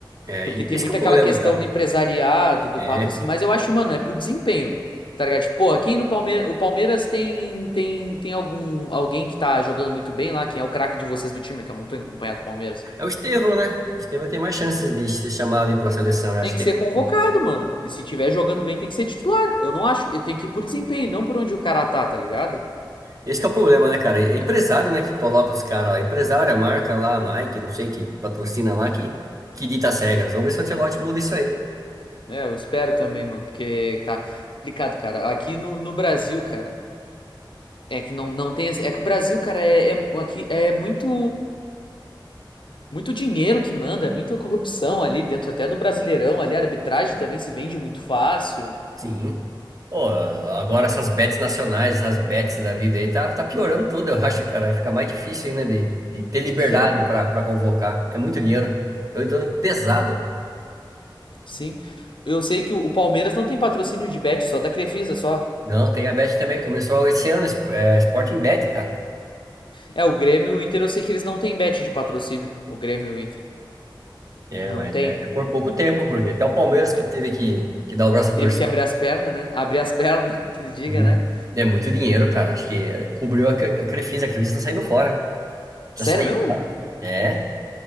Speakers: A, on the right; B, on the left.
A: É,
B: Porque
A: e
B: tem
A: esse
B: muito
A: que é o
B: aquela
A: problema,
B: questão
A: cara.
B: do empresariado, do
A: É,
B: patrocínio, mas eu acho, mano, é por desempenho. Tá ligado? Tipo, porra, quem no Palmeiras. O Palmeiras tem, tem, tem algum, alguém que tá jogando muito bem lá, quem é o craque de vocês do time, que eu não tenho acompanhado o Palmeiras.
A: é o Estevão, né? O Estevão tem mais chances de ser chamado aí pra seleção. Eu acho
B: Tem que
A: que
B: ser
A: é ele
B: convocado,
A: que.
B: mano. E se tiver jogando bem, tem que ser titular. Eu não acho. Tem que ir por desempenho, não por onde o cara tá, tá ligado?
A: Esse que é o problema, né, cara? É empresário, né, que coloca os caras, ó. Empresário, a marca lá, Nike, não sei que patrocina lá, que, que dita as regras. Vamos ver se o Ancelotti muda isso aí.
B: É, eu espero também, mano, porque tá complicado, cara. Aqui no, no Brasil, cara. É que não, não tem. esse- É que o Brasil, cara, é, é- aqui é muito. Muito dinheiro que manda, é muita corrupção ali dentro até do Brasileirão ali. A arbitragem também se vende muito fácil.
A: Sim. Pô, agora essas bets nacionais, essas bets da vida aí, tá, tá piorando tudo, eu acho, cara. Fica mais difícil ainda de, de ter liberdade
B: Sim,
A: pra pra convocar. É muito dinheiro. Tô entrando pesado.
B: sim. Eu sei que o, o Palmeiras não tem patrocínio de bet, só da Crefisa, só.
A: Não, tem a bet também. Começou esse ano, Sp- é, Sporting Bet, cara.
B: É, o Grêmio e o Inter, eu sei que eles não têm bet de patrocínio. O Grêmio e o Inter.
A: É,
B: Não
A: mas
B: tem.
A: é por pouco tempo, porque até o Palmeiras que
B: É,
A: teve que, que dar o braço a torcer.
B: teve que abrir as pernas, né? Abrir as pernas, <laughs> que se diga,
A: Hum,
B: né?
A: É muito dinheiro, cara. Acho que eh, cobriu a Cre- a Crefisa. A Crefisa tá saindo fora.
B: Sério
A: Já saiu,
B: mesmo?
A: tá? É.